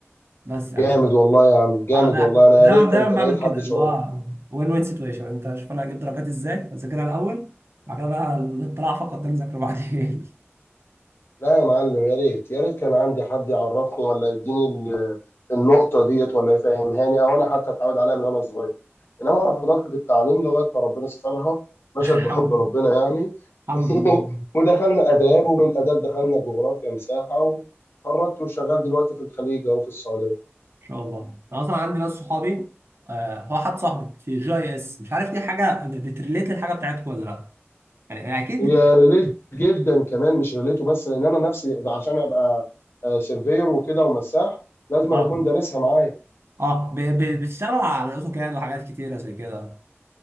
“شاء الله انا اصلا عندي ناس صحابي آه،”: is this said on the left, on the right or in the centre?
Right